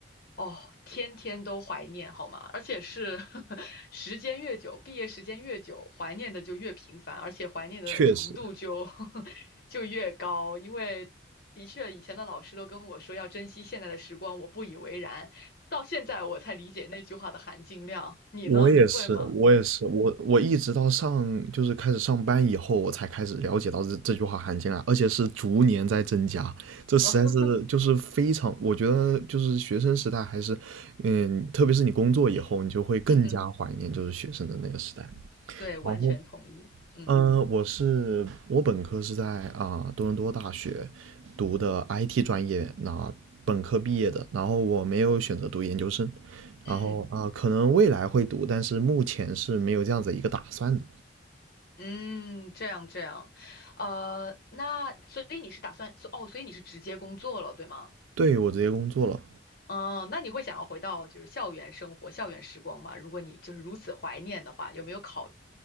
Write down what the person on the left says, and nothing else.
哦，天天都怀念好吗？而且是 <laughs> 时间越久，毕业时间越久，怀念的就越频繁，而且怀念的程度就
<laughs> 就越高。因为的确，以前的老师都跟我说要珍惜现在的时光，我不以为然，到现在我才理解那句话的含金量。你呢？
你会吗？
<laughs>
嗯哼，对，完全同意。
嗯
嗯。
嗯，这样这样，呃，那所以你是打算，哦，所以你是直接工作了，对吗？
哦，那你会想要回到就是校园生活、校园时光吗？如果你就是如此怀念的话，有没有考